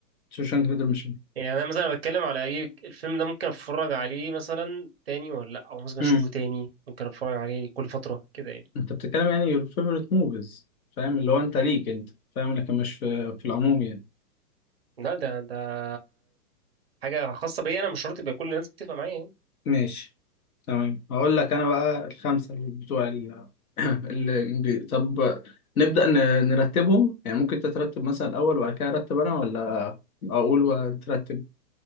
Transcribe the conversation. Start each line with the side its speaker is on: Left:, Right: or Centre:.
Left: شوشانك ريدمشن
Right: يعني انا مثلا بتكلم على اي الفيلم ده ممكن اتفرج عليه مثلا تاني ولا لا او ممكن اشوفه
Left: امم
Right: تاني ممكن اتفرج عليه كل فتره كده يعني
Left: انت بتتكلم يعني your favorite movies فاهم اللي هو انت ليك انت فاهم لكن مش في في العموم يعني
Right: لا ده ده حاجة خاصة بيا أنا مش شرط يبقى كل الناس بتتفق معايا يعني
Left: ماشي تمام هقول لك انا بقى الخمسة اللي بتوع ال... <clears throat> الانجليزي طب نبدأ ن... نرتبهم يعني ممكن انت ترتب مثلا الاول وبعد كده ارتب انا ولا اقول وترتب